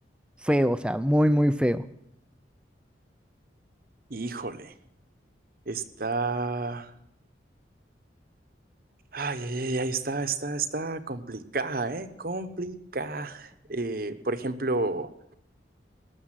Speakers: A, in the centre; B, on the right (about 50°).
A: feo, o sea, muy, muy feo.
B: Híjole, está... Ay, ay, ay, ay, está, está, está complicada, ¿eh? Complicada. Eh, por ejemplo,